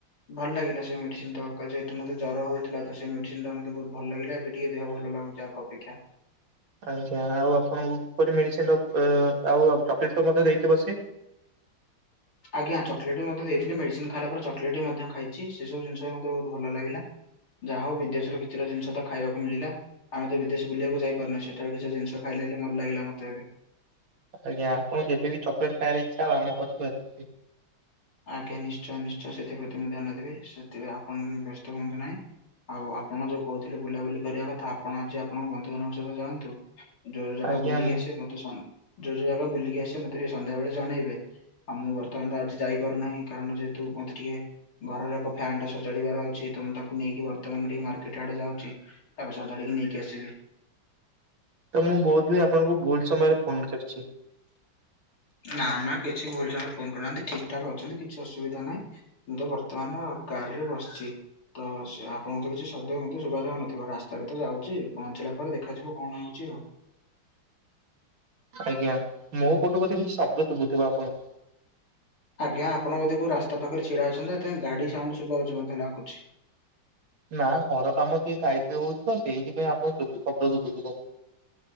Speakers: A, on the left; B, on the right.
A: ଭଲ ଲାଗିଲ ସେ ମେଡିସିନ ତକ ଯେହେତୁ ମୋତ ଜର ହଉଥିଲା, ତ ସେ ମେଡିସିନ ଟା ମତେ ବହୁତ ଭଲ ଲାଗିଲା, ଏବେ ଟିକେ ଦେହ ଭଲ ଲାଗୁ ଯାକ ଅପେକ୍ଷା।
B: ଆଜ୍ଞା ଆଉ ଆପଣଙ୍କୁ କିପରି ମେଡିସିନ ର ଆଉ ଚକଲେଟ ତ ମଧ୍ୟ ଦେଇଥିବ ସେ?
A: ଆଜ୍ଞା ଚକଲେଟ ବି ମଧ୍ୟ ଦେଇଥିଲେ। ମେଡିସିନ ଖାଇଲା ପରେ ଚକଲେଟ ବି ମଧ୍ୟ ଖାଇଚି ସେ ସବୁ ଜିନିଷ ମତେ ବହୁତ ଭଲ ଲାଗିଲା। ଯା ହଉ ବିଦେଶର କିଛିଟା ଜିନିଷ ତ ଖାଇବାକୁ ମିଳିଲା। ଆମେ ତ ବିଦେଶ ବୁଲିଆକୁ ଯାଇପାରୁନେ, ସେଠାରୁ କିଛି ଜିନିଷ ଖାଇଲେ ହେଲେ ଭଲ ଲାଗିଲା ମତେ ଏବେ।
B: ଆଜ୍ଞା ଆପଣ ଯେବେ ବି ଚକଲେଟ ଖାଇଆର ଇଚ୍ଛା ହବ ଆମ ଘରକୁ ଆସ
A: ଆଜ୍ଞା ନିଶ୍ଚୟ ନିଶ୍ଚୟ ସେଥିପ୍ରତି ମୁଁ ଧ୍ୟାନ ଦେବି ସେଥିରେ ଆପଣ ବ୍ୟସ୍ତ ହୁଅନ୍ତୁ ନାଇଁ। ଆଉ ଆପଣ ଯୋଉ କହୁଥିଲେ ବୁଲାବୁଲି କରିବା କଥା ଆପଣ ଆଜି ଆପଣଙ୍କ ବ ନ୍ଧୁ ମାନଙ୍କ ସହିତ ଯାଆନ୍ତୁ, ଯୋଉ ଜାଗା
B: ଆଜ୍ଞା
A: ବୁଲିକି
B: ମୁଁ
A: ଆସିବେ ମ ତେ ସନ୍ ଯୋଉ ଯୋଉ ଜାଗା ବୁଲିକି ଆସିବେ ମତେ ସନ୍ଧ୍ୟାବେଳେ ଜଣେଇବେ, ଆଉ ମୁଁ ବର୍ତ୍ତମାନ ତ ଆଜି ଯାଇପାରୁନାହିଁ କାରଣ ଯେହେତୁ ମତେ ଟିକେ ଘରର ଏକ ଫ୍ୟାନ ଟା ସଜାଡ଼ିବାର ଅଛି ତ ମୁଁ ତାକୁ ନେଇକି ବର୍ତ୍ତମାନ ଟିକେ ମାର୍କେଟ ଆଡେ ଯାଉଚି। ତାକୁ ସଜାଡ଼ିକି ନେଇକି ଆସିବି।
B: ତ ମୁଁ ବୋଧ ହୁଏ ଆପଣଙ୍କୁ ଭୁଲ ସମୟରେ ଫୋନ କରିଚି?
A: ନା ନା କିଛି ଭୁଲ ସମୟରେ ଫୋନ କରନାହାନ୍ତି ଠିକ ଠାକ ଅଛନ୍ତି କିଛି ଅସୁବିଧା ନାହିଁ। ମୁଁ ତ ବର୍ତ୍ତମାନ କାର ରେ ବସିଚି। ତ ସେ ଆପଣଙ୍କୁ ତ କିଛି ଶବ୍ଦ ମଧ୍ୟ ଶୁଭା ଯାଉନଥିବ ରାସ୍ତାରେ ତ ଯାଉଚି ପହଞ୍ଚିଲା ପରେ ଦେଖାଯିବ କଣ ହଉଚି ଆଉ।
B: ଆଜ୍ଞା, ମୋ ପଟୁ ବୋଧେ କିଛି ଶବ୍ଦ ଶୁଭୁଥିବ ଆପଣଙ୍କୁ।
A: ଆଜ୍ଞା ଆପଣ ବୋଧେ କୋଉ ରାସ୍ତା ପାଖରେ ଛିଡା ହେଇଛନ୍ତି, ସେଥିପାଇଁ ଗାଡି ସାଉଣ୍ଡ ଶୁଭା ଯାଉଚି ମଧ୍ୟ ଲାଗୁଚି।
B: ନା ଘର କାମ ସେ ସାଇଟରେ ହଉଛି ତ, ସେଇଥିପାଇଁ ଆପଣଙ୍କୁ ଶବ୍ଦ ଶୁଭୁ ଥିବ।